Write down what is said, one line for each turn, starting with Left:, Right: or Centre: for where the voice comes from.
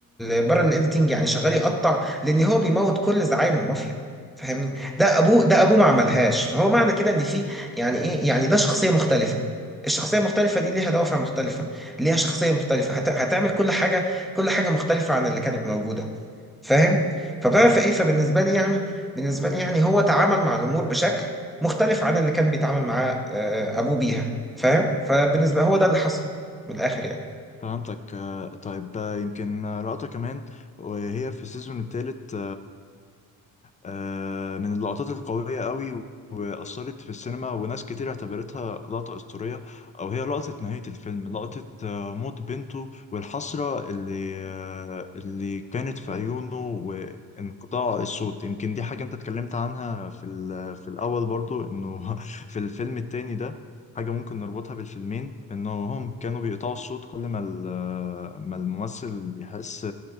Centre: بره الايديتنج يعني شغال يقطع لان هو بيموت كل زعايم المافيا فاهمني ده ابوه ده ابوه ما عملهاش فهو معنى كده ان في يعني ايه يعني ده شخصيه مختلفه الشخصية المختلفة دي ليها دوافع مختلفة ليها شخصية مختلفة هت... هتعمل كل حاجة كل حاجة مختلفة عن اللي كانت موجودة فاهم فبتعرف ايه فبالنسبة لي يعني بالنسبة لي يعني هو تعامل مع الأمور بشكل مختلف عن اللي كان بيتعامل معاه آه، أبوه بيها فاهم فبالنسبة هو ده اللي حصل من الآخر يعني
Left: فهمتك آه طيب آه يمكن آه، لقطة كمان وهي في السيزون الثالث آه، من اللقطات القوية قوي وأثرت في السينما وناس كتير اعتبرتها لقطة أسطورية أو هي لقطة نهاية الفيلم لقطة آه، موت بنته والحسرة اللي آه، اللي كانت في عيونه وانقطاع الصوت يمكن دي حاجة أنت اتكلمت عنها في ال- في الأول برضو إنه <laughs> في الفيلم التاني ده حاجة ممكن نربطها بالفيلمين إنه هم كانوا بيقطعوا الصوت كل ما ال- آه، ما الممثل يحس